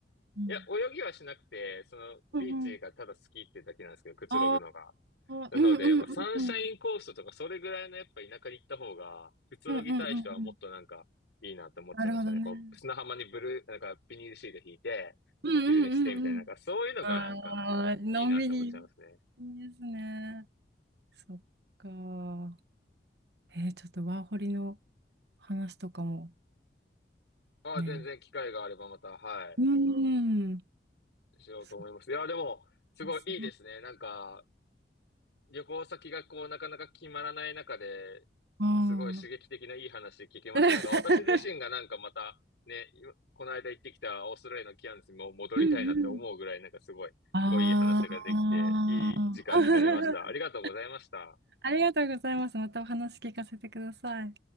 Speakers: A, on the right (about 65°); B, on the left (about 85°).
A: うん
B: いや、泳ぎはしなくて、その、ビーチがただ好きってだけなんですけど、
A: うん
B: くつろぐのが。
A: あ
B: なので、
A: あ、うんうんうんうん。
B: まあ、サンシャインコーストとか、それぐらいのやっぱ田舎に行った方が、くつろぎたい人はもっとなんか、
A: うんうんうんうん。
B: いいなって思っちゃいましたね。
A: なるほどね。
B: こう、砂浜にブルー、なんか、ビニールシート引いて、
A: うんうんうんうん。
B: 昼寝してみたいな、なんか、そういうのがなんか、
A: ああ、のんびり。
B: いいなって思っちゃいますね。
A: いいですね。そっか。えーちょっとワーホリの話とかも
B: ああ、
A: ね。
B: 全然機会があればまた、はい、
A: うーん。
B: しようと思います。
A: そっ
B: いや、でも、すごいいいですね。
A: か、すごい。
B: なんか、旅行先がこう、なかなか決まらない中で、
A: あ
B: すごい刺激的ないい話聞けました。
A: ー <laughs>
B: なんか私自身がなんかまた、ね、今この間行ってきたオーストラリアのキャンズにも戻りたいなって思うぐらい、
A: うんうん。
B: なんかすごい、
A: ああ。
B: こういい話ができて、いい時間になりました。
A: <laughs>
B: ありがとうございました。
A: ありがとうございます。またお話聞かせてください。